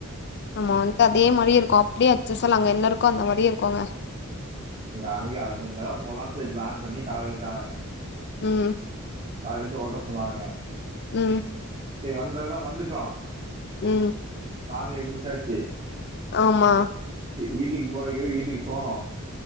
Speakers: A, on the left; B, on the right.
A: நம்ம வந்து அதே மாரி இருக்கு அப்டியே அச்ச அசல் அங்க என்ன இருக்கோ அந்த மாரியே இருக்கோங்க
B: இங்க அங்கயு அது இங்கதா போலானு செரி பிளான் பண்ணி கார் எடுத்தாங்க
A: ம்
B: கார் எடுத்து ஓட்ட சொன்னானுங்க
A: ம்
B: சரி வந்ததுதா வந்துட்டோ
A: ம்
B: சாமிய கும்டாச்சி
A: ஆமா
B: வீட்டுக்கு போறதுக்கெதுக்கு வீட்டுக்கு போனோ